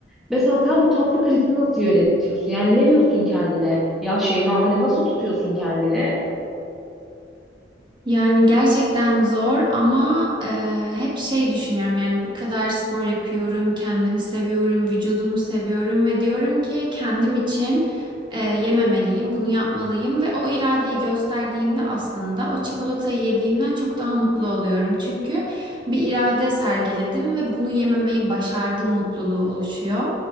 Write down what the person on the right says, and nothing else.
Yani gerçekten zor ama e, hep şey düşünüyorum yani bu kadar spor yapıyorum, kendimi seviyorum, vücudumu seviyorum ve diyorum ki kendim için e, yememeliyim, bunu yapmalıyım ve o iradeyi gösterdiğimde aslında o çikolatayı yediğimden çok daha mutlu oluyorum. Çünkü bir irade sergiledim ve bunu yememeyi başardım mutluluğu oluşuyor.